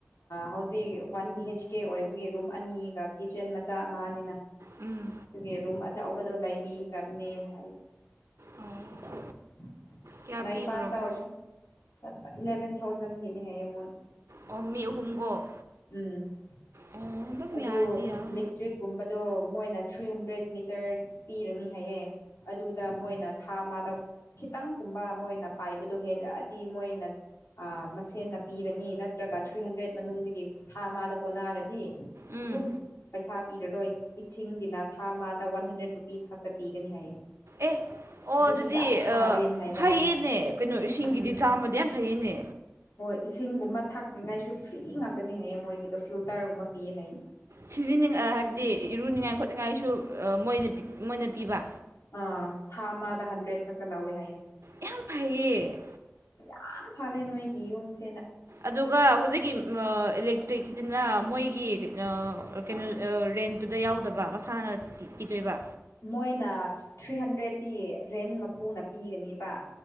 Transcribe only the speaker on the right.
ꯎꯝ
ꯑꯣ ꯀꯌꯥ ꯄꯤꯕ꯭ꯔꯣꯀꯣ
ꯑꯣ ꯃꯤ ꯑꯍꯨꯝꯒꯣ
ꯑꯣ ꯑꯗꯨꯝ
ꯌꯥꯔꯗꯤ ꯌꯥꯔꯦ
ꯎꯝ
ꯑꯦ ꯑꯣ
ꯑꯗꯨꯗꯤ
ꯐꯩꯌꯦꯅꯦ
ꯀꯩꯅꯣ ꯏꯁꯤꯡꯒꯤꯗꯤ
ꯆꯥꯃꯗꯤ ꯌꯥꯝ ꯐꯩꯌꯦꯅꯦ
ꯁꯤꯖꯤꯅꯤꯡ ꯍꯥꯏꯕꯗꯤ ꯏꯔꯨꯅꯤꯡꯉꯥꯏ ꯈꯣꯠꯅꯤꯡꯉꯥꯏꯁꯨ ꯃꯣꯏꯅ ꯃꯣꯏꯅ ꯄꯤꯕ
ꯌꯥꯝ ꯐꯩꯌꯦ
ꯑꯗꯨꯒ ꯍꯧꯖꯤꯛꯀꯤ ꯏꯂꯦꯛꯇ꯭ꯔꯤꯛꯀꯤꯅ ꯃꯣꯏꯒꯤ ꯀꯩꯅꯣ ꯔꯦꯟꯇꯨꯗ ꯌꯥꯎꯗꯕ ꯃꯁꯥꯅ ꯄꯤꯗꯣꯏꯕ